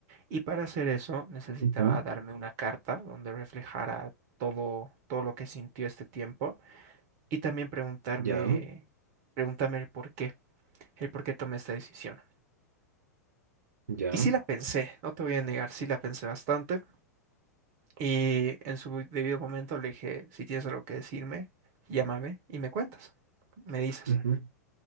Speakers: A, on the right (about 45°); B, on the right (about 70°).
A: Y para hacer eso necesitaba
B: ujú,
A: darme una carta donde reflejara todo, todo lo que sintió este tiempo y también preguntarme,
B: ya,
A: preguntarme el por qué, el por qué tomé esta decisión.
B: ya,
A: Y sí la pensé, no te voy a negar, sí la pensé bastante. Y en su debido momento le dije, si tienes algo que decirme, llámame y me cuentas, me dices.
B: ujú,